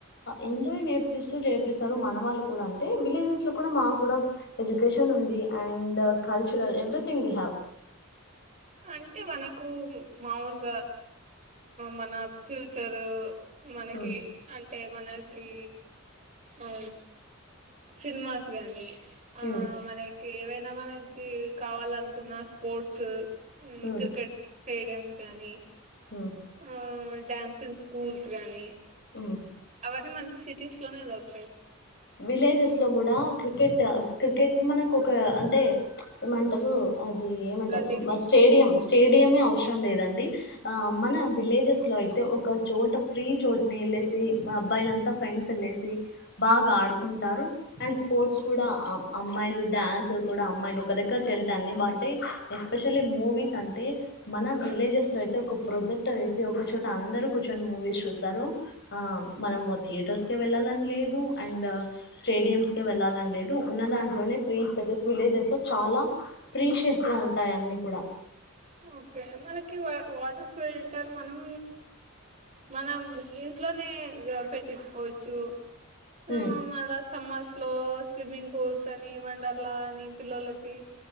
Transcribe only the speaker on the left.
ఎంజాయ్ నేర్పిస్తూ చేర్పిస్తారు వాళ్ళు కూడా అంతే విలేజ్స్ లో కూడా ఎడ్యుకేషన్ ఉంది and cultural everything we have
ఉమ్
ఉమ్
ఉమ్
ఉ
ఉమ్
విలేజెస్ లో కూడా క్రికెట్ క్రికెట్ మనకు ఒక అంటే ఏమంటారు అది ఏమంటారు
స్టేడియంమ్స్ స్టేడియమే అవసరం లేదండి ఆ మన విలేజెస్ లో అయితే ఒక చోట ఫ్రీ చోటనే వెల్సి అబ్బాయిల అంతా ఫ్రెండ్స్ అల్సి బాగా ఆడుకుంటారు అండ్ స్పోర్ట్స్ కూడా అమ్మాయిలు డాన్స్ కూడా అమ్మాయిలు ఒక దగ్గర చే మిగతా అన్నీ బాగుంటాయి ఎస్పెషలీ మూవీస్ అంటే మన విలేజెస్ లో అయితే ఒక ప్రొజెక్టర్ వేసు ఒక చోట అందరు కూర్చొని మూవీస్ చూస్తారు ఆ మనము థియేటర్స్ కి వెళ్ళాలని లేదు అండ్ స్టేడియంస్ కే వెళ్ళాలని లేదు ఉన్న దాంట్లోనే ఫ్రీ స్పేసెస్ విలేజెస్ లో చాలా ప్రీషియస్ గా ఉంటాయి అన్నీ కూడా
ఉమ్